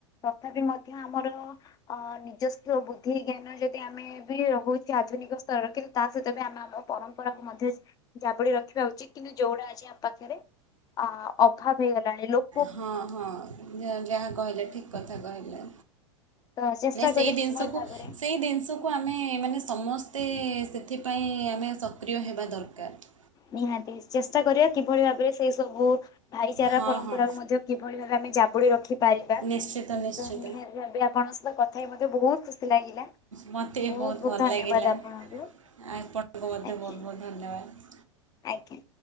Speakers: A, on the left; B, on the right.
A: ତଥାପି ମଧ୍ୟ ଆମର ଅ ନିଜସ୍ୱ ବୁଦ୍ଧି ଜ୍ଞାନ ଯଦି ଆମେ ବି ରହୁଛେ ଆଧୁନିକ ସ୍ତରରେ କିନ୍ତୁ ତା ସହିତ ବି ଆମେ ଆମ ପରମ୍ପରାକୁ ମଧ୍ୟ ଜାବୁଡି ରଖିବା ଉଚିତ୍ କିନ୍ତୁ ଯୋଉଡା ଆଜି ଆମ ପାଖରେ ଅ ଅଭାବ ହେଇଗଲାଣି ଲୋକ
B: ହଁ ହଁ ଯାହା କହିଲେ ଠିକ୍ କଥା କହିଲେ।
A: ତ ଚେଷ୍ଟା
B: ସେଇ
A: କରିବା
B: ଜିନିଷକୁ
A: କିଭଳି ଭାବରେ
B: ସେଇ ଜିନିଷକୁ କୁ ଆମେ ମାନେ ସମସ୍ତେ ସେଥିପାଇଁ ଆମେ ସକ୍ରିୟ ହେବା ଦରକାର।
A: ନିହାତି ଚେଷ୍ଟା କରିବା କିଭଳି ଭାବରେ ସେଇ ସବୁ ଭାଇଚାରା
B: ହଁ
A: ପରମ୍ପରା
B: ହଁ
A: କୁ ମଧ୍ୟ କିଭଳି ଭାବେ ଆମେ ଜାବୁଡି ରଖିପାରିବା।
B: ନିଶ୍ଚିତ ନିଶ୍ଚିତ
A: ତ ନିହାତି ଭାବେ ଆପଣଙ୍କ ସହିତ କଥା ହେଇ ମତେ ବହୁତ ଖୁସି ଲାଗିଲା
B: ମୋତେ ବି
A: ବହୁତ ବହୁତ
B: ଭଲ
A: ଧନ୍ୟବାଦ
B: ଲାଗିଲା
A: ଆପଣଙ୍କୁ।
B: ଆପଣଙ୍କୁ ମଧ୍ୟ
A: ଆଜ୍ଞା
B: ବହୁତ ବହୁତ ଧନ୍ୟବାଦ।
A: ଆଜ୍ଞା।